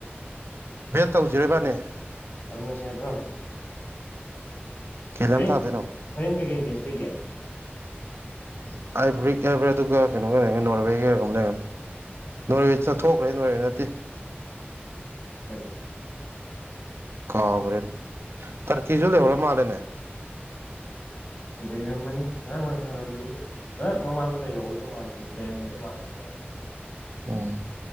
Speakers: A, on the right; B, on the left.
A: ꯚꯦꯠ ꯇꯧꯖꯤꯔꯥ ꯏꯕꯥꯟꯅꯤ꯫
B: ꯇꯧꯅꯁꯦ ꯍꯥꯏꯕ꯭ꯔꯣ
A: ꯀꯩꯂꯝ
B: ꯍꯣꯔꯦꯟ
A: ꯊꯥꯗꯣꯏꯅꯣ
B: ꯍꯣꯔꯦꯟ ꯀꯩꯀꯩ ꯃꯦꯁ ꯂꯩꯒꯦ꯫
A: <unintelligible> ꯑꯗꯨꯒ ꯀꯩꯅꯣꯒ ꯂꯩꯔꯝꯒꯅꯤ ꯅꯣꯔꯋꯦꯒ <unintelligible> ꯅꯔꯣꯏꯋꯦ ꯆꯠ ꯊꯣꯛꯈ꯭ꯔꯦ ꯅꯣꯔꯋꯦ ꯅꯠꯇꯦ
B: ꯀꯔꯤ
A: ꯀꯥꯎꯒ꯭ꯔꯦ ꯇꯔꯀꯤꯁꯨ ꯂꯩꯍꯧꯔ ꯃꯥꯂꯦꯅꯦ
B: ꯂꯩꯔꯝꯃꯅꯤ ꯉꯔꯥꯡ ꯅꯍꯥꯟ ꯁꯥꯟꯅꯕꯗꯨꯗ ꯑꯦ ꯃꯃꯥꯡꯗ ꯂꯩꯍꯧꯕꯗꯣ ꯃꯥꯜꯂꯦ ꯃꯣꯏ ꯂꯩꯔꯝꯕꯗꯣ ꯃꯥꯜꯂꯦꯗ ꯃꯃꯥꯡꯗ
A: ꯎꯝ